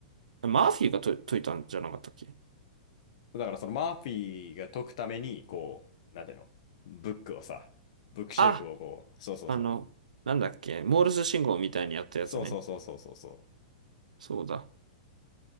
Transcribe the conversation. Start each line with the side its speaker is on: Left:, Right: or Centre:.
Right: マーフィーが解い解いたんじゃなかったっけ
Left: だからそのマーフィーが解くために、こう、なんていうの、ブックをさ、ブックシェルフをこう、
Right: あ
Left: そうそうそう。
Right: あの、なんだっけ、モールス信号みたいにやったやつね。
Left: そうそうそうそうそうそ
Right: そうだ。